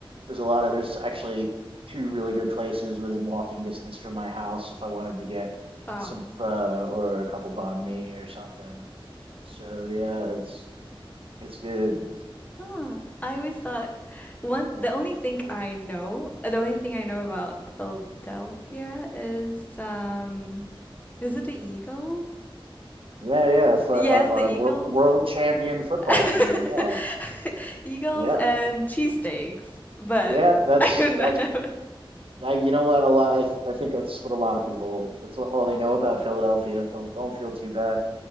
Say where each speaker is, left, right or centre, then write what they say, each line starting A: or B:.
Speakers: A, on the right (about 75°); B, on the left (about 15°).
A: there's a lot of there's actually two really good places within walking distance from my house if I wanted to get
B: Wow.
A: some pho or a couple banh mi or something. So yeah, it's it's good.
B: Huh. I always thought one the only thing I know, the only thing I know about Philadelphia is um is it the Eagles?
A: Yeah, yeah, for
B: Yes,
A: our our
B: the Eagles.
A: wor world champion football
B: <laughs>
A: team. Yeah,
B: Eagles
A: yeah,
B: and cheesesteaks, but
A: yeah.
B: <laughs>
A: That's
B: I don't
A: that's
B: know.
A: I, you know what a lot. I, I think that's what a lot of people. That's all they know about Philadelphia. Don't don't feel too bad.